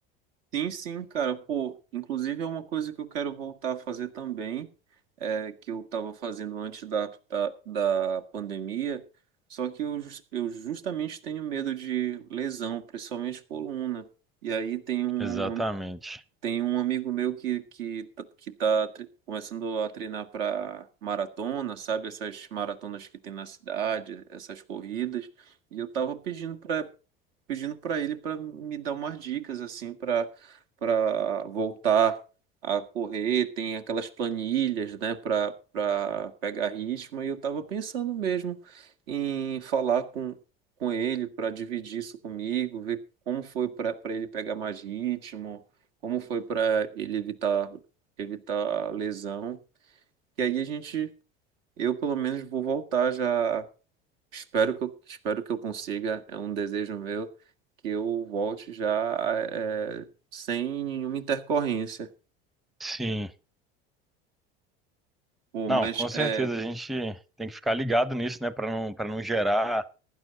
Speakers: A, on the right (about 75°); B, in the centre.
A: Sim, sim, cara. Pô, inclusive é uma coisa que eu quero voltar a fazer também, é, que eu estava fazendo antes da, da, da pandemia. Só que eu, jus- eu justamente tenho medo de lesão, principalmente coluna. E aí tem um
B: Exatamente.
A: Tem um amigo meu que, que, tá- que tá tre- começando a treinar para maratona, sabe? Essas maratonas que tem na cidade, essas corridas. E eu tava pedindo pedindo para ele para me dar umas dicas assim para para voltar a correr, tem aquelas planilhas, né, para para pegar ritmo e eu estava pensando mesmo em falar com com ele para dividir isso comigo, ver como foi para para ele pegar mais ritmo, como foi para ele evitar evitar a lesão. E aí a gente, eu pelo menos vou voltar já Espero que eu, espero que eu consiga, é um desejo meu que eu volte já é, sem nenhuma intercorrência.
B: Sim.
A: Pô,
B: Não,
A: mas
B: com certeza
A: é,
B: a gente tem que ficar ligado nisso, né? Pra não, para não gerar